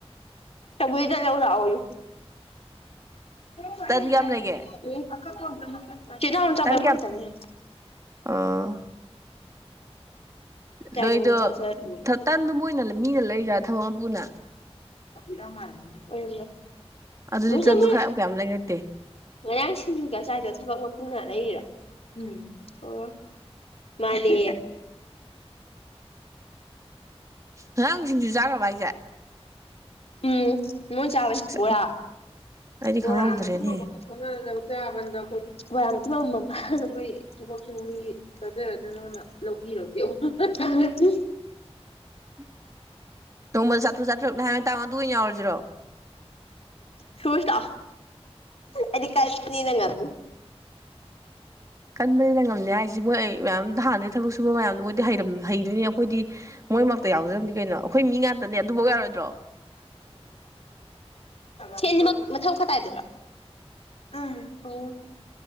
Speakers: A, on the left (about 70°); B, on the right (about 30°).
A: ꯇꯕꯨꯇ ꯅ ꯂꯑꯣ ꯏ ꯐꯅꯦꯦꯀꯗ
B: ꯇꯟ ꯀꯌꯥꯝ ꯂꯩꯒꯦ
A: ꯀꯩꯅ ꯍꯅ ꯆꯕꯃ
B: ꯇꯟ ꯀꯌꯥꯝ
A: ꯆꯅꯦ
B: ꯑꯣ ꯅꯣꯏꯗꯣ
A: ꯑꯩꯉꯣꯟꯗ ꯆꯥꯖꯔꯣꯏ
B: ꯐꯠꯇꯟꯗꯨ ꯃꯅ ꯃꯤꯅ ꯂꯩꯖ꯭ꯔꯥ ꯊꯕꯛ ꯃꯄꯨꯅ
A: ꯔ ꯃꯥ ꯂꯩꯅꯦ ꯑꯣꯏ
B: ꯑꯗꯨꯗꯤ
A: ꯃꯨꯣꯏꯛꯁꯨ
B: ꯇꯟꯗꯣ
A: ꯑꯃꯨꯣꯏ
B: ꯈꯔ ꯌꯥꯝ ꯀꯌꯥꯝ ꯂꯩꯔꯛꯇꯦ
A: ꯉꯔꯥꯡ ꯁꯤꯡꯖꯨꯒ ꯆꯥꯏꯗ ꯊꯕꯛ ꯄꯨꯅꯥ ꯂꯩꯔꯥ ꯎꯝ ꯑꯣ ꯃꯥꯅꯦ
B: ꯉꯔꯥꯡ ꯁꯤꯡꯖꯨ ꯆꯥꯈ꯭ꯔꯕ ꯍꯥꯏꯁꯦ
A: ꯎꯝ ꯃꯅꯨꯡ ꯆ
B: ꯑꯁ
A: ꯣꯂ
B: ꯑꯩꯗꯤ
A: ꯕꯣꯔꯥ
B: ꯈꯪꯍꯧꯗ꯭ꯔꯦꯅꯦ
A: ꯃ ꯈꯔꯗ ꯆꯥꯕꯟꯗ ꯑꯩꯈꯣꯏꯗꯤ ꯃ ꯊꯤ ꯑꯃꯃꯝ ꯑꯩꯈꯣꯏ ꯊꯕꯛꯁꯦꯣꯏꯒꯤ ꯐꯥꯖꯔꯗ ꯅꯉꯅ ꯂꯧꯕꯤꯔꯀꯦ ꯍꯥꯏꯠꯇ
B: <inaudible> ꯇꯨꯡꯃ ꯁꯥꯇ꯭ꯔ ꯁꯥꯠ꯭ꯔ ꯍ ꯇ ꯇꯨꯏ ꯅꯎꯔꯖꯔꯣ
A: ꯁꯨꯁ ꯇ ꯑꯗꯤ ꯀ ꯂꯪꯒꯅꯤ
B: ꯀꯟꯕꯅꯤꯅ ꯉꯝꯅꯤ ꯍꯥꯏꯔꯤꯁꯤꯦ ꯃꯣꯏ ꯑꯩ ꯃꯌꯥꯝ ꯍꯥꯟꯅꯩ ꯊꯕꯛ ꯁꯨꯕ ꯃꯌꯥꯝꯗꯣ ꯃꯣꯏꯗꯤ ꯍ ꯍꯩꯗꯣꯏꯅꯦ ꯑꯩꯈꯣꯏꯗꯤ ꯃꯣꯏꯃꯛꯇ ꯌꯥꯎꯖꯕꯗꯤ ꯀꯩꯅꯣ ꯑꯩꯈꯣꯏ ꯃꯤ ꯉꯥꯛꯇꯅꯦ ꯑꯗꯨꯐꯧ ꯌꯥꯔꯣꯏꯗ꯭ꯔꯣ
A: ꯁꯦꯠꯅꯤꯃꯛ ꯃꯊꯪ ꯈꯗꯥꯥꯏꯏꯗꯅ ꯑꯥ ꯑꯣ